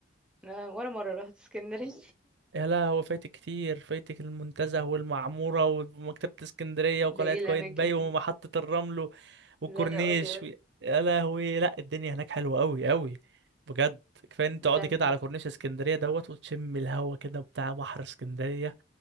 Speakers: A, in the centre; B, on the right.
A: أنا- ولا مرة رحت اسكندرية
B: يا لا هو فايتك كتير فايتك المنتزه والمعموره ومكتبه اسكندريه
A: <laughs> ده
B: وقلعه
A: ايه
B: قايتباي
A: الأماكن دي
B: ومحطه الرمل والكورنيش
A: لا لا قولي قولي
B: و... يا لهوي لا الدنيا هناك حلوه قوي قوي بجد كفايه ان انت
A: بتعمل
B: تقعدي كده
A: ايه
B: على كورنيش اسكندريه دوت وتشم الهوا كده بتاع بحر اسكندريه